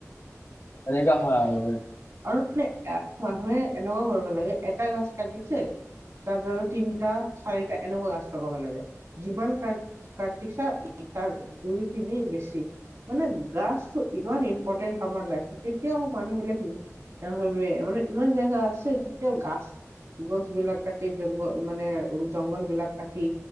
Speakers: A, on the left (about 55°); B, on the right (about 65°).
A: এনেকা হয় আৰু
B: আৰু মানে মানুহে এনেকুৱা কৰিব লাগে এটা গাছ কাটিছে তাৰ সলনি তিনিটা, চাৰিটা এনেকুৱা গাছ লাগাব লাগে যিমান কাট কাটিছা এই তাৰ দুই তিনি বেছি। মানে গাছতো ইমান ইম্পৰ্টেণ্ট আমাৰ লাইফত এতিয়াও মানুহ বিলাকে নাভাবে মানে ইমান জাগা আছে এতিয়াও গাছ গছ বিলাক কাটি জংগ মানে জংঘল বিলাক কাটি